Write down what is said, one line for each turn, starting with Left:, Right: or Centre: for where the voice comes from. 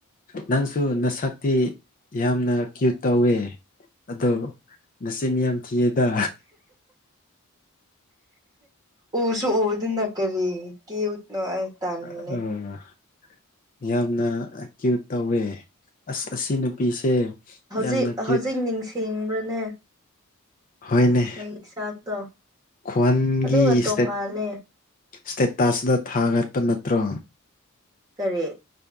Left: ꯅꯪꯁꯨ ꯅꯁꯛꯇꯤ ꯌꯥꯝꯅ ꯀ꯭ꯌꯨꯠ ꯇꯧꯋꯦ ꯑꯗꯣ ꯅꯆꯤꯟ ꯌꯥꯝ ꯊꯤꯌꯦꯗ
Right: ꯎꯁꯨ ꯎꯗꯅ ꯀꯔꯤ ꯀ꯭ꯌꯨꯠꯅꯣ ꯑꯩ ꯇꯜꯂꯦ
Left: ꯑꯥ ꯌꯥꯝꯅ ꯀ꯭ꯌꯨꯠ ꯇꯧꯋꯦ ꯑꯁ ꯑꯁꯤ ꯅꯨꯄꯤꯁꯦ
Right: ꯍꯧꯖꯤꯛ
Left: ꯌꯥꯝꯅ ꯀ꯭ꯌꯨꯠ
Right: ꯍꯧꯖꯤꯛ ꯅꯤꯡꯁꯤꯡꯕ꯭ꯔꯅꯦ
Left: ꯍꯣꯏꯅꯦ
Right: ꯅꯪꯒꯤ ꯆꯥꯛꯇꯣ
Left: ꯈ꯭ꯋꯥꯟꯒꯤ
Right: ꯑꯗꯨꯒ
Left: ꯏꯁꯇꯦꯠ
Right: ꯇꯣꯡꯉꯥꯜꯂꯦ
Left: ꯁꯇꯦꯇꯁꯇ ꯊꯥꯒꯠꯄ ꯅꯠꯇ꯭ꯔꯣ
Right: ꯀꯔꯤ